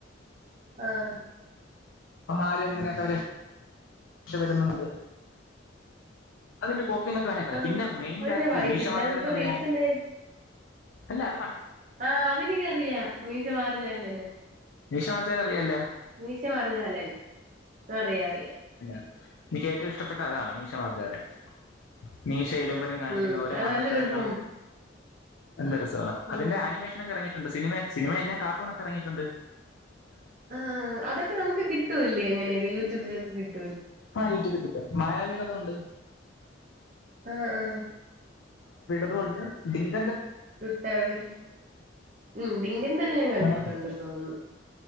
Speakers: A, on the right; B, on the left.
A: ആഹ
B: അപ്പൊ മാലു എങ്ങനെയൊക്കെ അവർ രക്ഷപ്പെടണമെന്നുണ്ട്. അതിന്റെ കോപ്പിന്നൊക്കെവേണേ പറയാം.
A: ആഹ്
B: പിന്നെമെയിൻ
A: അത്
B: ക്യാരക്ടർ
A: ഞാൻ വായിച്ചിട്ടില്ല
B: മീശമാർജാലനെ
A: അതിപ്പോ
B: ന്നറിയാമോ?
A: റീസന്റ്
B: അല്ല അ
A: ആ അതെനിക്കറിയാം മീശമാർജാലന്
B: മീശമാർജാലന്നെന്നറിയാമല്ലോ
A: മീശമാർജാലൻ അറിഞ്ഞാമറിയാം.
B: എനിക്കേറ്റവുമിഷ്ടപ്പെട്ട തതാണു മീശമാർജാലൻ മീശയും ഇലമ്പനും കാണിക്കുന്നയോരോ
A: ഉം അത്
B: മണ്ടത്തരങ്ങളും.
A: നല്ല രസമാണ്
B: നല്ലരസമാണ്.
A: ഉം
B: അതിന്റെ ആനിമേഷനൊക്കെ ഇറങ്ങിയിട്ടുണ്ട്. സിനിമ സിനിമയല്ലാ കാർട്ടൂണൊക്കെറങ്ങിയിട്ടുണ്ട്.
A: ആ അതൊക്കെനമുക്കു കിട്ടൂലേയങ്ങനെ യൂട്യൂബിലൊക്കെ കിട്ടൂ
B: ആ യൂട്യൂബിൽകിട്ടും. മായാവീടെയതുണ്ട്.
A: അ ആ
B: അതുകൊണ്ട് <inaudible>
A: ലൂട്ടാപ്പി ഉം ഡിങ്കന്റേ ഞാൻ കണ്ടിട്ടുണ്ടെന്നുതോന്നുന്നു.
B: അങ്ങനെ